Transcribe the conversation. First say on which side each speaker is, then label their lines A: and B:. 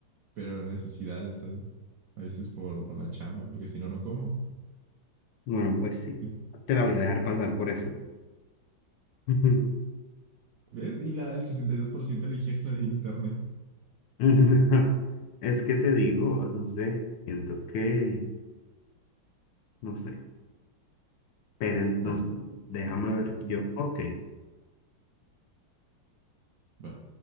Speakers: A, on the right; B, on the left.
A: pero necesidades, ¿sabes? A veces por, por la chamba, porque si no, no como.
B: bueno, pues sí,
A: <laughs>
B: te la voy a dejar pasar por eso. Ujú.
A: ¿Ves? Y la, el 62% eligió la del internet.
B: <laughs> Es que te digo, no sé, siento que, no sé, pero entonces,
A: Bueno,
B: déjame ver
A: mm,
B: yo, ok,
A: va,